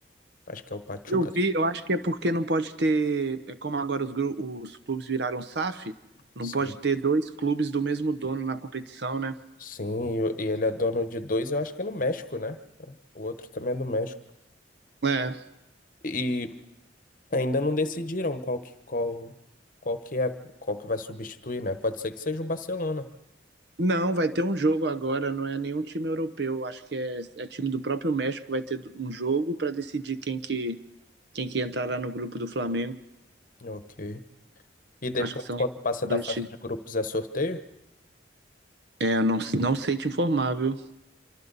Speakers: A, on the left; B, on the right.
A: Acho que é o Pachuca.
B: Eu vi, eu acho que é porque não pode ter, é como agora os, gru- os clubes viraram SAF, não
A: Sim.
B: pode ter dois clubes do mesmo dono na competição, né?
A: Sim, e e ele é dono de dois, eu acho que é no México, né? O outro também é do México.
B: É.
A: E ainda não decidiram qual que, qual, qual que é, qual que vai substituir, né? Pode ser que seja o Barcelona.
B: Não, vai ter um jogo agora, não é nenhum time europeu. Acho que é, é time do próprio México, vai ter um jogo para decidir quem que quem que entrará no grupo do Flamengo.
A: Ok. E depois,
B: Acho que são
A: quando passa
B: dois
A: da fase
B: times.
A: de grupos, é sorteio?
B: É, eu não, não sei te informar, viu?